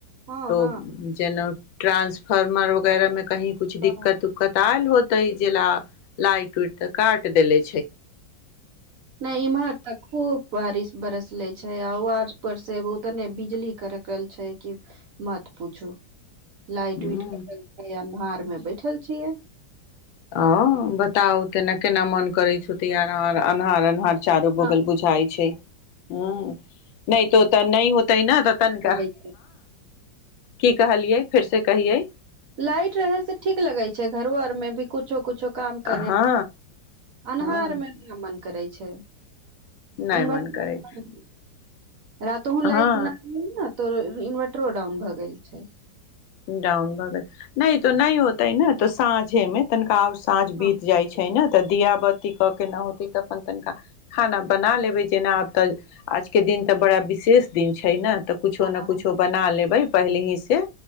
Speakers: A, on the right; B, on the left.
A: हँ
B: तऽ
A: हँ हँ
B: जेना ट्रानंसफार्मर वगैरमे की कुछ दिक्कत
A: हँ
B: उक्कत आयल होते ज ला लाइट उइट तक काट द लै
A: नहि एम्हर त खूब बारिश बरस ले छै आ आज पर से उतने बिजली खड़क छै कि मत पूछू लाइट
B: ह
A: उइट करेलै अन्हार मे बैठल छियै
B: ओ बताउ केना केना मन करै छै आ अनहार- अनहार चारू
A: लाइट
B: बगल बुझाय छैक। ह नहि तऽ ओतय नहि होतय न त तनिका
A: लगे छै
B: की कहलियै फेर से कहियै
A: लाइट रहै सँ ठीक लगै छै घरो सबमे भी कुछो कुछो <unintelligible> काम करे
B: हँ
A: अन्हार
B: हँ
A: मे मन करै छैक
B: नहि
A: इन्वर्टर
B: मन करै
A: रात ह लाइट
B: हँ
A: न <unintelligible> इन्वर्टरो डाउन भऽ गेल छैक
B: डाउन भ गेल नहि होतय न त साँझेमे तनिका साँझ
A: हँ
B: बीत जाय छैक न तऽ दिया बाती क केंं न होतय त। तऽ अपन तनिका खाना बना लेबय जेना आब तऽ आजकेँ दिन तऽ बड़ा विशेष दिन छैक ने। तऽ कुछो
A: आ
B: ने
A: हँ
B: कुछो बना लेबय पहिले से। क